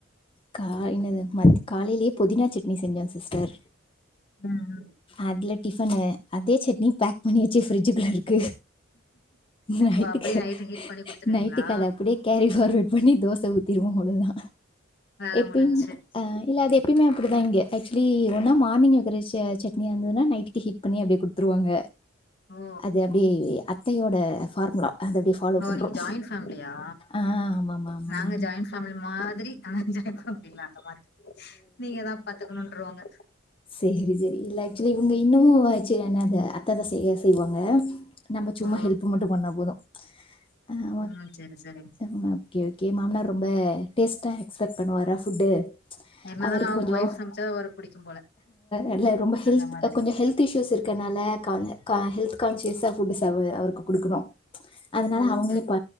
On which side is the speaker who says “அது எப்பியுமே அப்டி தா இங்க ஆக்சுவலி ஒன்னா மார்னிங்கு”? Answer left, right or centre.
Left